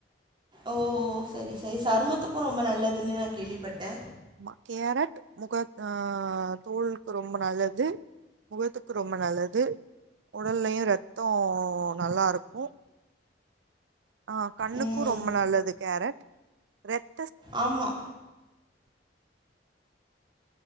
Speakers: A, on the right (about 25°); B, on the right (about 80°).
A: ஓ சரி சரி சருமத்துக்கு ரொம்ப நல்லதுன்னு நா கேள்விப்பட்டே
B: மா கேரட் முக ஆ தோலுக்கு ரொம்ப நல்லது முகத்துக்கு ரொம்ப நல்லது உடல்லயும் ரத்தம் நல்லா இருக்கும் ஆ கண்ணுக்கு
A: ம்
B: ரொம்ப நல்லது கேரட் ரெட்
A: ஆமா